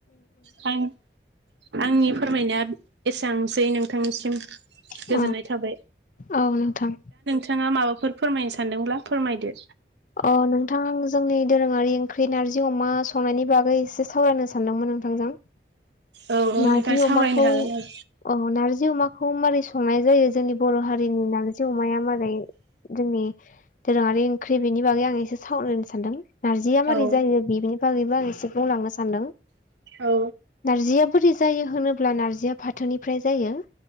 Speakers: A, on the right; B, on the left.
A: फाइन आंनि फोरमायनाया एसांसै नोंथांनिसिम गोजोननाय
B: औ
A: थाबाय
B: औ नोंथां
A: नोंथांङा माबाफोर फोरमायनो सानदोंब्ला फोरमायदो
B: अ नोंथां जोंनि दोरोङारि ओंख्रि नारजि अमा संनायनि बागै एसे सावरायनो सानदोंमोन नोंथांजों <inaudible>
A: औ औ
B: नारजि
A: नोंथां
B: अमाखौ
A: सावरायनो हागोन
B: औ नारजि अमाखौ मारै संनाय जायो जोंनि बर' हारिनि नारजि अमाया मारै जोंनि दोरोङारि ओंख्रि बेनि बागै आं एसे सावरायनो सानदों नार्जिया माबोरै
A: औ
B: जायो बेनि बागैबो आं एसे बुंलांनो सानदों
A: औ
B: नारजिया बोरै जायो होनोब्ला नारजिया फाथोनिफ्राय जायो